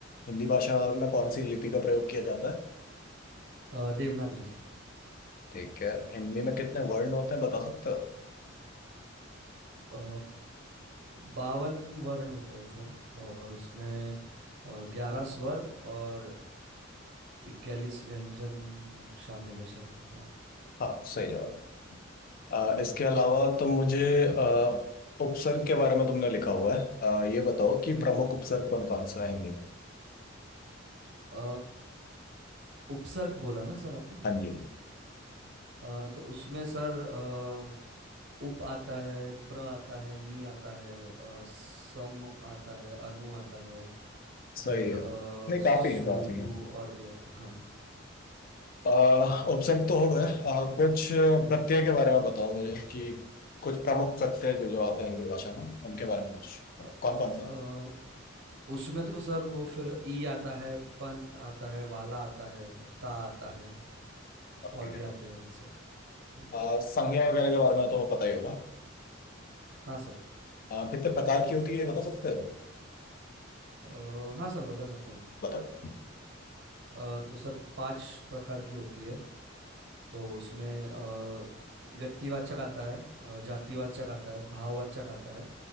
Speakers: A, on the left (about 45°); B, on the right (about 65°).
A: हिंदी भाषा में कौन सी लिपि का प्रयोग किया जाता है
B: अ, देवनागरी
A: ठीक है हिंदी में कितने वर्ण होते हैं बता सकते हो
B: अ, बावन वर्ण होते हैं सर और उसमें ग्यारह स्वर और इक्यालीस व्यंजन शामिल है शायद हाँ
A: हाँ सही जवाब है अ, इसके
B: हम्म
A: अलावा तो मुझे अ, उपसर्ग के बारे में तुमने लिखा हुआ है अ, ये बताओ कि
B: हम्म,
A: प्रमुख
B: हम्म।
A: उपसर्ग कौन कौन सा है हिंदी में
B: अ, उपसर्ग बोला ना सर आपने
A: हाँ जी
B: अ, तो उसमें सर अ, उप आता है प्र आता है नी आता है अ, सम आता है अनु आता है
A: सही
B: फिर अ,
A: है नहीं
B: सु
A: काफी है काफी है
B: दू और भी आते हैं हाँ
A: ऑप्शन तो हो गए आ, कुछ
B: हम्म
A: प्रत्यय के बारे में बताओ मुझे कि कुछ प्रमुख प्रत्यय जो जो आते हैं हिंदी भाषा में उनके बारे में कुछ कौन
B: अ,
A: कौन सा है
B: अ, उसमें तो सर वो फिर ई आता है पन आता है वाला आता है ता आता है
A: काफी
B: और भी
A: है
B: आते हैं वैसे हम्म,
A: आ, संज्ञा वगैरह के बारे में तो पता ही होगा
B: हाँ सर
A: आ, कितने प्रकार की होती है बता सकते हो
B: अ, हाँ सर बता सकता हूँ
A: बताओ
B: अ, तो सर पांच प्रकार की होती है तो उसमें अ, व्यक्तिवाचक आता है अ, जातिवाचक आता है भाववाचक आता है